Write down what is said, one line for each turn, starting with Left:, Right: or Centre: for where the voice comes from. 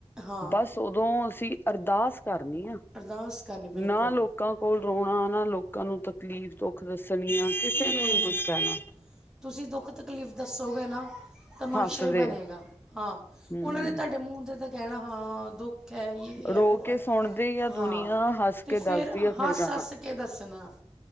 Centre: ਹਾਂ
Left: ਬਸ ਓਦੋਂ ਅਸੀਂ ਅਰਦਾਸ ਕਰਨੀ ਆ।
Centre: ਅਰਦਾਸ ਕਰਨੀ
Left: ਨਾ
Centre: ਬਿਲਕੁਲ
Left: ਲੋਕਾਂ ਕੋਲ ਰੋਣਾ, ਨਾ ਲੋਕਾਂ ਨੂੰ ਤਕਲੀਫ਼ ਦੁੱਖ ਦੱਸਣੀ ਆ ਕਿਸੇ
Centre: ਨਹੀਂ
Left: ਨੂੰ ਨੀ
Centre: ਨਹੀਂ
Left: ਕੁਛ ਕੈਣਾ।
Centre: ਤੁਸੀਂ ਦੁੱਖ ਤਕਲੀਫ਼ ਦੱਸੋਗੇ ਨਾ ਤਮਾਸ਼ਾ
Left: ਹੱਸਦੇ
Centre: ਈ ਬਣੇਗਾ
Left: ਆ
Centre: ਹਾਂ।
Left: ਹਮ
Centre: ਉਨਾਂ ਨੇ ਤੁਹਾਡੇ ਮੂੰਹ ਤੇ ਤਾਂ ਕੈਣਾ ਹਾਂ ਦੁੱ ਖ ਐ ਯੇ ਐ
Left: ਰੋ
Centre: ਵੋ
Left: ਕੇ
Centre: ਐ
Left: ਸੁਣਦੀ ਆ
Centre: ਹਾਂ
Left: ਦੁਨੀਆਂ ਹੱਸ
Centre: ਤੇ
Left: ਕੇ
Centre: ਫਿਰ
Left: ਦੱਸਦੀ ਆ ਫਿਰ
Centre: ਹੱਸ-ਹੱਸ
Left: ਗਾਹਾਂ
Centre: ਕੇ ਦੱਸਣਾ।